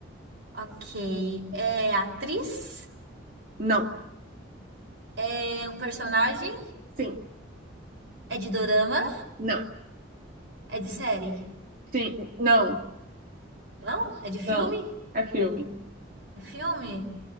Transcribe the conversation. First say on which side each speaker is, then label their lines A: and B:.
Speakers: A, on the right; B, on the right.
A: Ok. É atriz?
B: não,
A: É um personagem?
B: sim,
A: É de dorama?
B: não,
A: É de série?
B: sim, não,
A: Não? É de filme?
B: não. É filme.
A: É filme?